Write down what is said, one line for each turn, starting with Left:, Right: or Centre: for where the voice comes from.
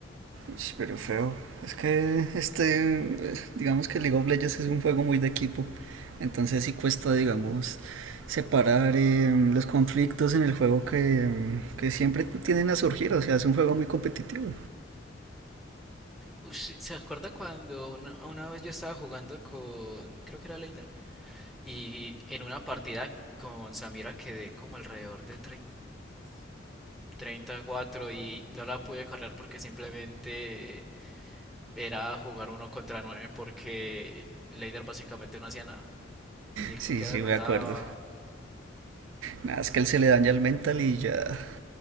Right: Ish, Pero feo. Es que este, eh, digamos que League of Legends es un juego muy de equipo. Entonces sí cuesta, digamos, separar eh, los conflictos en el juego que, em, que siempre tienden a surgir. O sea, es un juego muy competitivo.
Centre: Ush, ¿se acuerda cuando una, una vez yo estaba jugando con, creo que era Leiner, y en una partida con Samira quedé como alrededor de 33, cuatro y no la pude cargar porque simplemente era jugar uno contra nueve porque Leider básicamente no hacía nada, ni
Right: Sí,
Centre: siquiera
Right: sí,
Centre: rotaba.
Right: me acuerdo. Nada, es que él se le daña el mental y ya,